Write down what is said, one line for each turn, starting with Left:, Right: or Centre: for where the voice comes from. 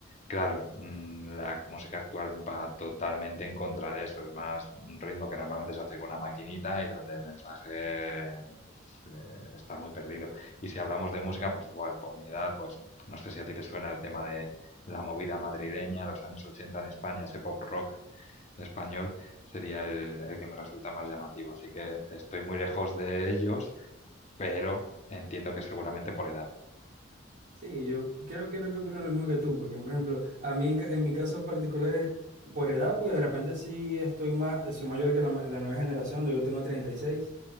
Left: claro, mm, la música actual va totalmente en contra de eso. Es más un ritmo que normalmente se hace con una maquinita y donde el mensaje pues, eh, está muy perdido. Y si hablamos de música, pues igual, por mi edad, pues no sé si a ti te suena el tema de la movida madrileña, los años 80 en España, ese pop rock español sería el, el que me resulta más llamativo. Así que estoy muy lejos de ellos, pero entiendo que seguramente por edad.
Right: Sí, yo creo, creo que opino lo mismo que tú, porque, por ejemplo, a mí en, ca- en mi caso particular es por edad, porque de repente sí estoy más, soy mayor que la, ma- la nueva generación, yo tengo 36,